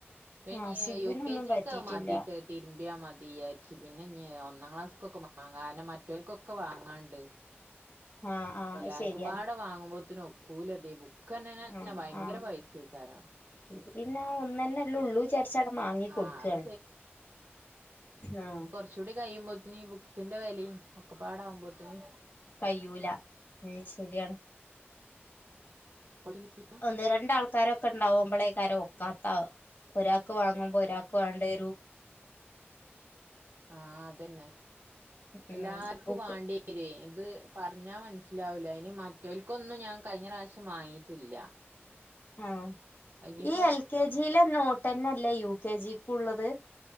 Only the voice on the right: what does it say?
പിന്നെ
യുക്കെ ജി
ക് മാദിക്ക തിരുമ്പിയാ മതി വിചാരിച്ചു പിന്നെ ഒന്നാം ക്ലാസ്സക്കൊക്കെ വാങ്ങാ കാരണം മറ്റവർക്കൊക്കെ വാങ്ങാണ്ട്.
എല്ലാർക്കുമ്പാടെ
വാങ്ങുമ്പോത്തിനും ഒക്കൂലത് ബുക്ക് തന്നെ
ഭയങ്കര
പൈസേക്കാരം.
ആഹ് ആഹ് അത്
കൊറച്ചുകൂടി കഴിയുമ്പോത്തിന് ഈ ബുക്കിന്റെ വിലയും ഒക്കപ്പാടെ ആകുമ്പോത്തിന്.
<unintelligible>
ആഹ് അതന്നെ
എല്ലാർക്കും
വേണ്ടി രിം ഇത് പറഞ്ഞാ മനസ്സിലാവൂല അയിന് മറ്റവൽക്കൊന്നും ഞാൻ കഴിഞ്ഞ പ്രാവശ്യം വാങ്ങിയിട്ടില്ല.
ഇനിയിപ്പോ